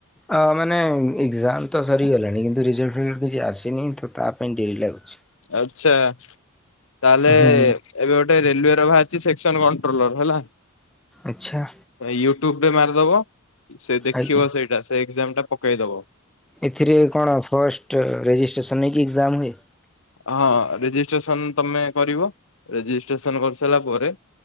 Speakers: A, in the centre; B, on the left (about 65°).
A: ଅ ମାନେ ଏକ୍ଜାମ ତ ସରିଗଲାଣି କିନ୍ତୁ ରରେଜଲ୍ଟ ଫିଜଲ୍ଟ କିଛି ଆସିନି ତ ତା ପାଇଁ ଡେରି ଲାଗୁଛି।
B: ଆଛା ତାହଲେ। ଏବେ
A: ହୁଁ।
B: ଗୋଟେ ରେଲୱେ ର ବାହାରିଛି ସେକ୍ସନ କଣ୍ଟ୍ରୋଲର ହେଲା।
A: ଆଛା।
B: ୟୁଟ୍ୟୁବ୍ ରେ ମାରିଦବ ସେ ଦେଖିବ
A: ଆଜ୍ଞା
B: ସେଇଟା ସେ ଏକ୍ଜାମ ଟା ପକେଇ ଦବ।
A: ଏଥିରେ କଣ ଫଷ୍ଟ ରେଜିଷ୍ଟ୍ରେସନ୍ ହେଇକି ଏକ୍ଜାମ ହୁଏ?
B: ହଁ ରେଜିଷ୍ଟ୍ରେସନ ତମେ କରିବ ରେଜିଷ୍ଟ୍ରେସନ କରିସାରିଲା ପରେ।